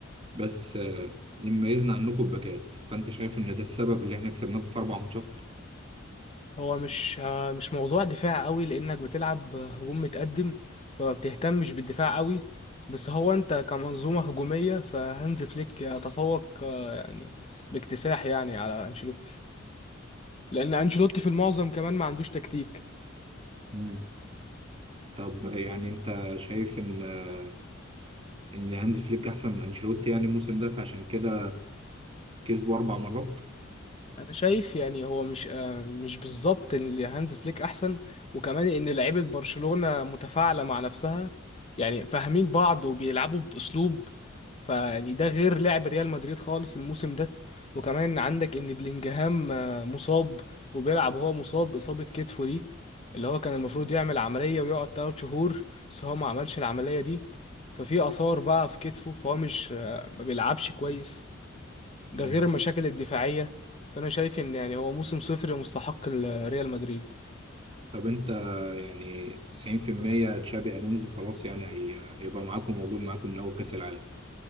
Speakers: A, on the right (about 25°); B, on the left (about 30°).
A: بس آه، اللي مميزنا عنكم الباكات فانت شايف ان ده السبب اللي احنا كسبناكم في اربع ماتشات
B: هو مش مش موضوع دفاع قوي لانك بتلعب هجوم متقدم فما بتهتمش بالدفاع قوي بس هو انت كمنظومة هجومية فهانز فليك يتفوق آه، يعني باكتساح يعني على انشيلوتي لان انشيلوتي في المعظم كمان ما عندوش تكتيك
A: مم. طب يعني انت شايف ان آه، ان هانزي فليك احسن من انشيلوتي يعني الموسم ده فعشان كده كسبوا اربع مرات
B: انا شايف يعني هو مش آه، مش بالظبط اللي هانز فليك احسن وكمان ان لعيبه برشلونه متفاعله مع نفسها يعني فاهمين بعض وبيلعبوا باسلوب فيعني ده غير لعب ريال مدريد خالص الموسم ده وكمان عندك ان بلينجهام آه، مصاب وبيلعب وهو مصاب اصابه كتفه دي اللي هو كان المفروض يعمل عمليه ويقعد 3 شهور بس هو ما عملش العمليه دي ففي اثار بقى في كتفه فهو مش آه، ما بيلعبش كويس ده
A: مم.
B: غير المشاكل الدفاعية فأنا شايف إن يعني هو موسم صفر مستحق ريال مدريد
A: طب انت يعني 90% تشابي الونزو خلاص يعني هي... هيبقى معاكم موجود معاكم من اول كاس العالم